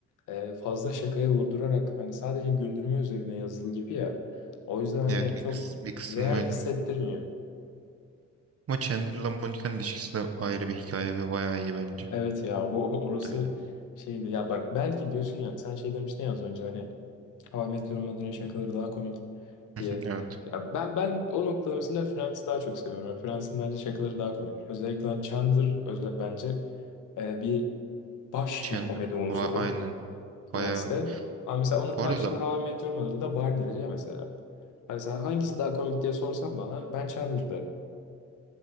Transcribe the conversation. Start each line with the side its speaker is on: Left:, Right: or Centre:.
Left: e, fazla şakaya vurdurarak hani sadece güldürme üzerine yazılı gibi ya. O yüzden hani
Right: Evet bir,
Left: çok
Right: kıs bir kısım
Left: real
Right: öyle.
Left: hissettirmiyor.
Right: Ama Chandler'la Monica'nın ilişkisi de ayrı bir hikaye ve bayağı iyi bence.
Left: Evet ya o orası
Right: Bu da öyle.
Left: şeydi ya bak belki diyorsun ya sen şey demiştin ya az önce hani How I Met Your Mother'ın şakaları daha komik
Right: <laughs>
Left: diye.
Right: Evet.
Left: Ya ben ben o noktada mesela Friends'i daha çok seviyorum. Yani Friends'in bence şakaları daha komik. Özellikle hani Chandler özel, bence e, bir baş
Right: Chandler
Left: bir komedi unsuru
Right: ba aynen. Bayağı
Left: Friends'te. Ama mesela onun karşılığı
Right: bu arada
Left: How I Met Your Mother'da Barney'dir ya mesela. Hani sen hangisi daha komik diye sorsan bana ben Chandler derim.